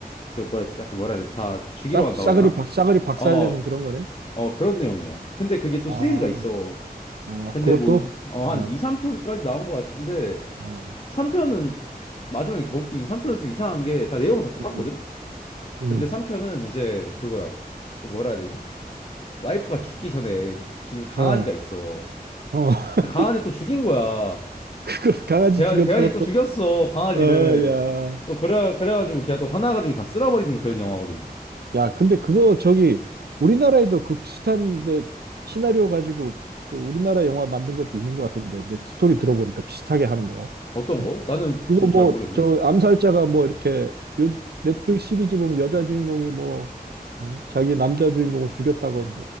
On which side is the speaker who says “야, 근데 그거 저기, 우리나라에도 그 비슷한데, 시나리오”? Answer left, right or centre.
Right